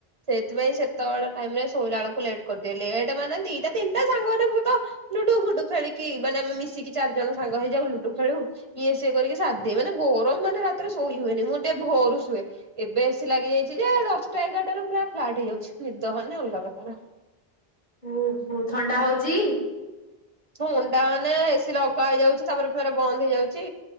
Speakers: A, on the right; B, on the left.
A: ସେଇଥିପାଇଁ ସେତେବେଳେ ଟାଇମ ରେ ଶୋଇଲା ବେଳକୁ ଲେଟ କରିଦି ଲଟ ମାନେ ଦିଟା ତିନିଟା ସାଙ୍ଗ ମାନେ ତ ଲୁଡୁ ଫୁଡୁ ଖେଳିକି ମାନେ ଆମେ ମିଶିକି ଚାରି ଜଣ ସାଙ୍ଗ ହେଇଯାଉ ଲୁଡୁ ଖେଳୁ ଇଏ ସିଏ କରିକି ସାରିଦିଏ ମାନେ ଗରମ ମାନେ ରାତିରେ ଶୋଇ ହୁଏନି ମୁଁ ଟିକେ ଭରୁ ଶୁଏ ଏବେ ଏଶି ଲାଗିଯାଇଛି ଯେ ଦଶଟା ଏଗାରଟାରୁ ପୁରା ଫ୍ଲାଟ ହେଇଯାଉଛି ନିଦ ମାନେ ଅଲଗା ପ୍ରକାର
B: ଓହୋ ଥଣ୍ଡା ହଉଚି
A: ମୁଣ୍ଡା ମାନେ ଏସି ଲଗା ହେଇଯାଉଛି ତାପରେ ବନ୍ଦ ହେଇଯାଉଛି